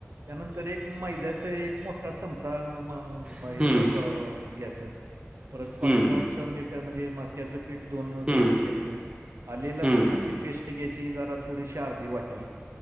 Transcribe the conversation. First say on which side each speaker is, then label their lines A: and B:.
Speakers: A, on the right; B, on the right.
A: त्यानंतर एक मैद्याच एक ा चमचा
B: हम्म,
A: ह्याचं घ्यायचं परत कॉर्नफ्लअर.
B: हम्म,
A: स मीठ म्हणजे माक्याचं पीठ दोन
B: हम्म,
A: चमचे
B: हम्म,
A: घ्यायचं. आले लसणाची
B: हम्म,
A: पेस्ट घ्यायची जरा थोडीशी अर्धी वाटी.